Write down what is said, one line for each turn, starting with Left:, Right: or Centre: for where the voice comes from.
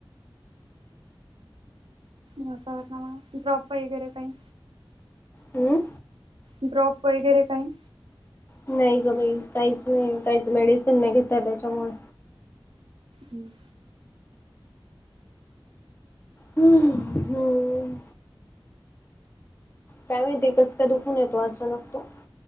Right: वातावरणामुळे. ड्रॉप वगैरे काही.
Left: हम्म.
Right: ड्रॉप वगैरे काही.
Left: नाही गं बाई. काहीच नाही. काहीच मेडिसिन नाही. घेत त्याच्यामुळे.
Right: हम्म.
Left: हम्म हम. काय माहिती कस काय दुखून येतो अचानक तो.